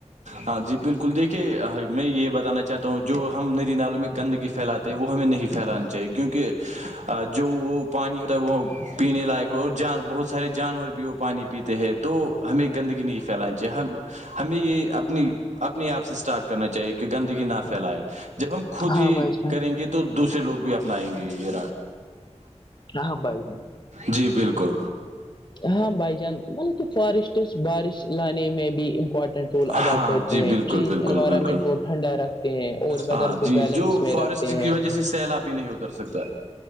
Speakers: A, on the right (about 85°); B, on the left (about 40°).
A: ہاں جی بالکل دیکھیے میں یہ بتانا چاہتا ہوں جو ہم نری نال میں گندگی پھیلاتے وہ ہمیں نہیں پھیلانی چاہیے کیونکہ جو وہ پانی وہ پینے لائق ہو اور جان بہت سارے جانور بھی وہ پانی پیتے ہیں تو ہمیں گندگی نہیں پھیلانی چاہیے ہم ہمیں یہ اپنی اپنی آپ سے اسٹارٹ کرنا چاہیے کہ گندگی نہ پھیلائے جب ہم خود
B: ہاں
A: یہ
B: بھائی جان
A: کریں گے تو تو دوسرے لوگ بھی اپناائیں گے یہ
B: ہاں بھائی جان۔
A: جی بالکل
B: ہاں بھائی جان مطلب کہ فارسٹس بارش لانے میں بھی مپٹنٹ رول
A: ہاں
B: ادا کرتے
A: جی بالکل
B: ہیں ٹریز
A: بالکل
B: انوائرمنٹ
A: بالکل
B: کو ٹھنڈا رکھتے ہیں اور ویدر
A: ہاں
B: کو
A: جی
B: بیلنس
A: جو
B: میں
A: فارسٹ
B: رکھتے ہیں
A: کی وجہ سے سیلاب بھی نہیں اتر سکتا